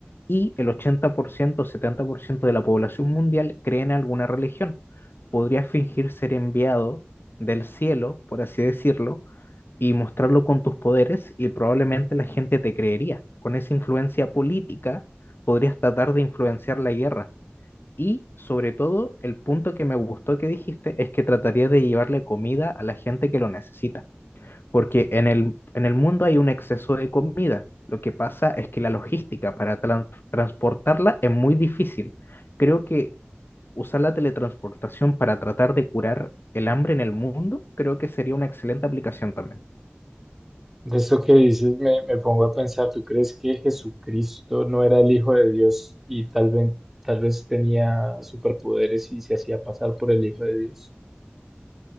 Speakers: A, on the left; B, in the centre.
A: y el 80% o 70% de la población mundial cree en alguna religión. Podrías fingir ser enviado del cielo, por así decirlo, y mostrarlo con tus poderes y probablemente la gente te creería. Con esa influencia política podrías tratar de influenciar la guerra. Y sobre todo, el punto que me gustó que dijiste es que trataría de llevarle comida a la gente que lo necesita, porque en el, en el mundo hay un exceso de comida. Lo que pasa es que la logística para tran- transportarla es muy difícil. Creo que usar la teletransportación para tratar de curar el hambre en el mundo, creo que sería una excelente aplicación también.
B: De eso que dices, me, me pongo a pensar, ¿tú crees que Jesucristo no era el Hijo de Dios y tal vez, tal vez tenía superpoderes y se hacía pasar por el Hijo de Dios?